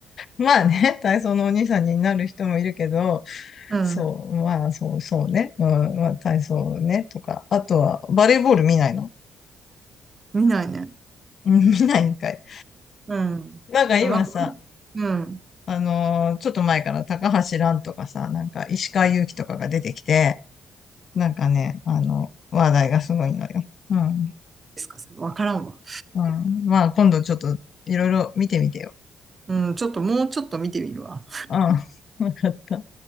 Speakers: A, on the left; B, on the right.
A: うん <laughs> まあね、体操のお兄さんになる人もいるけど、
B: うん。
A: そう、まあ、そう、そうね。うん、まあ、体操ね、とか。あとは、バレーボール見ないの
B: 見ないね。
A: うん <laughs> 見ないんかい。
B: うん。
A: なんか今さ、
B: もうなんか、うん。うん
A: あのーちょっと前から高橋蘭とかさ、なんか石川祐希とかが出てきて、なんかね、あの、話題がすごいのよ。うん。
B: ですか、それ。わからんわ。
A: うん。まあ、今度ちょっといろいろ見てみてよ。
B: うん。ちょっと、もうちょっと見てみるわ。
A: うん。<laughs> わかった。